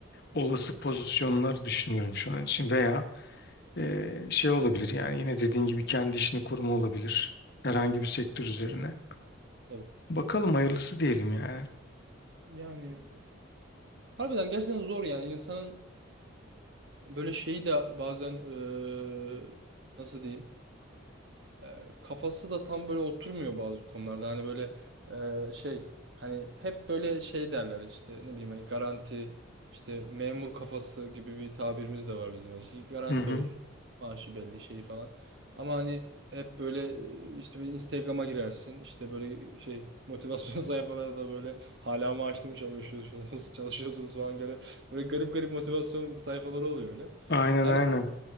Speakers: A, on the left; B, on the right.
A: olası pozisyonları düşünüyorum şu an için veya eee, şey olabilir yani yine dediğin gibi kendi işini kurma olabilir herhangi bir sektör üzerine.
B: Tabii.
A: Bakalım hayırlısı diyelim yani.
B: Yani harbiden gerçekten zor yani insanın böyle şeyi de bazen eee, nasıl diyeyim? E, kafası da tam böyle oturmuyor bazı konularda. Hani böyle e, şey hani hep böyle şey derler işte ne bileyim hani garanti işte memur kafası gibi bir tabirimiz de var bizim. Yani garanti
A: Hı hı.
B: olsun. Maaşı belli şeyi falan. Ama hani hep böyle e, işte böyle Instagram'a girersin. işte böyle şey motivasyon <laughs> sayfaları da böyle hala maaşlı mı çalışıyorsunuz <laughs> çalışıyorsunuz falan böyle böyle garip garip motivasyon sayfaları oluyor öyle.
A: Aynen
B: hani
A: aynen.